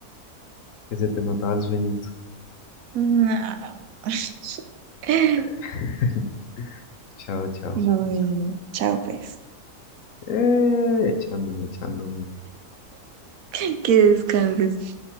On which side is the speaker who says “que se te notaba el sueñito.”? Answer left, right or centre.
Left